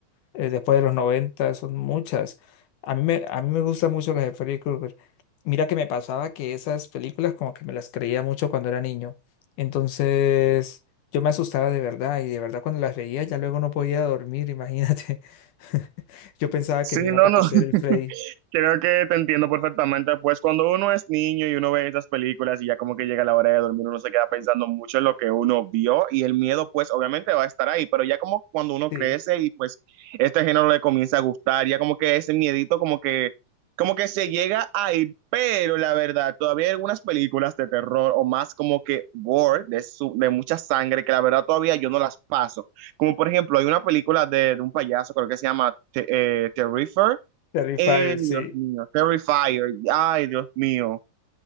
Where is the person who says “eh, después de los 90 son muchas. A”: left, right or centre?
Left